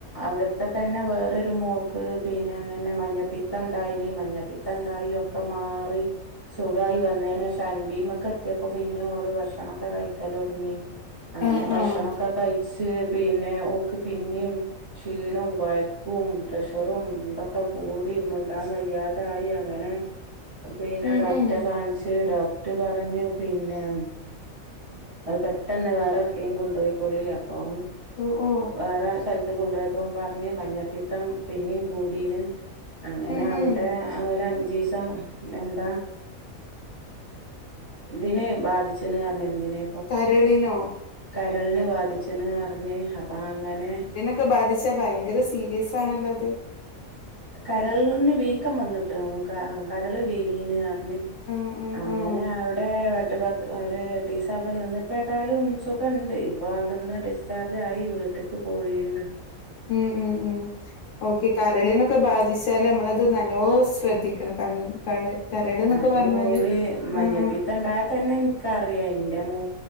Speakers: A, on the right; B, on the left.
A: അവിടത്തെ തന്നെ വേറൊരു മോക്ക് പിന്നെ അങ്ങനെ മഞ്ഞപ്പിത്തണ്ടായിനിം മഞ്ഞപ്പിത്ത ണ്ടായി ഒക്കെ മാറി സുഖായി വന്നേന് ശേഷം അൻഭീമക്കെത്തിയപ്പോ പിന്നെ ഓള് ഭക്ഷണൊക്കെ കയിക്കല് തൊടങ്ങി അങ്ങനെ
B: ആഹ്
A: ഭക്ഷണൊക്കെ
B: ആഹ്
A: കയിച്ച് പിന്നെ ഓക്ക് പിന്നിം ക്ഷീണും കൊയക്കും പ്രഷറും ഇതൊക്കെ കൂടി മുണ്ടാം വയ്യാ തായി അങ്ങനെ പിന്നെ
B: ഉം
A: ഡോക്
B: ഉം
A: കാൺച്ച് ഡോക്ർ പറഞ്ഞു പിന്നേ അത് പെട്ടെന്ന് വേറെവ്ട്ക്കെലും കൊണ്ടൊയിക്കോളി അപ്പം
B: ഓ ഓ
A: വേറെ സെൽത്ത് കൊണ്ടു പോയപ്പോ പറഞ്ഞ് മഞ്ഞപ്പിത്തം പിന്നിം കൂടീണ് - അങ്ങനവിടെ
B: ഉം ഉം
A: ഓലഞ്ചീസം എന്താ ഇതിന് ബാധിച്ച്ണ് പറഞ്ഞു എന്തിന്
B: കരളിനോ
A: കരൾനെ ബാധിച്ച്ണ് അറഞ്ഞ് അപ്പ അങ്ങനെ
B: ഒക്കെ ബാധിച്ചാ ഭയങ്കര സീരിയസാണല്ലോ അത്.
A: കരൾന് വീക്കം വന്നിട്ട് ക കരള് വീങ്ങീണർ ന്
B: ഉം ഉം
A: അങ്ങനവിടേ
B: ഉം
A: എട്ട് പത്ത് ഒരു എട്ടീസം അവിടെ നിന്ന് ഇപ്പ ഏതായാലും സുഖണ്ട് ഇപ്പ അവ്ട്ന്ന് ഡിസ്ചാർജായി വീട്ട്ക്ക് പോയീണ്
B: ഉം ഉം ഉം ഓക്കെ കരളിനൊക്ക ബാധിച്ചാല് നമ്മളത് നല്ലോ ശ്രദ്ധിക്കണം കരൾ കള കരള്ന്നൊക്കെ
A: അത്
B: പറഞ്ഞാല്
A: ഓല് മഞ്ഞപ്പിത്തണ്ടായ
B: ആഹ്
A: തന്നെ ഇൻക്കറിയാം ഇന്റ മൂ